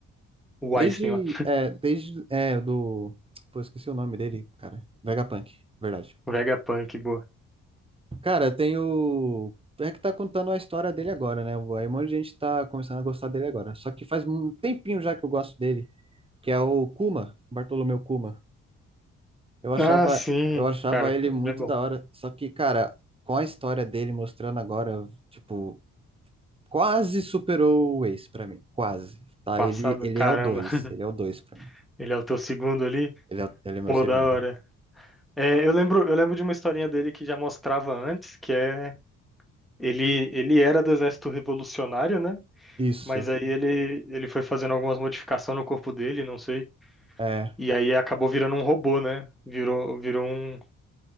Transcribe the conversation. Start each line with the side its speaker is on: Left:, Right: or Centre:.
Centre: o
Right: Desde,
Centre: Einstein lá.
Right: é, desde, é, do, pô, esqueci o nome dele, cara, Vegapunk, verdade.
Centre: O Vegapunk, boa.
Right: Cara, tem o, é que tá contando a história dele agora, né, aí um monte de gente tá começando a gostar dele agora, só que faz um tempinho já que eu gosto dele, que é o Kuma, Bartolomeu Kuma, eu achava,
Centre: Ah, sim,
Right: eu achava
Centre: cara,
Right: ele
Centre: ele
Right: muito
Centre: é bom.
Right: da hora, só que, cara, com a história dele mostrando agora, tipo, quase superou o Ace pra mim, quase, tá,
Centre: Passado,
Right: ele, ele
Centre: caramba.
Right: é o dois
Centre: <laughs>
Right: ele é o dois pra mim,
Centre: Ele é o teu segundo ali?
Right: ele é, ele é meu
Centre: Pô,
Right: segundo.
Centre: da hora. É, eu lembro, eu lembro de uma historinha dele que já mostrava antes, que é ele, ele era do exército revolucionário, né?
Right: Isso.
Centre: Mas aí ele, ele foi fazendo algumas modificações no corpo dele, não sei.
Right: É,
Centre: E aí acabou virando um robô, né? Virou, virou um,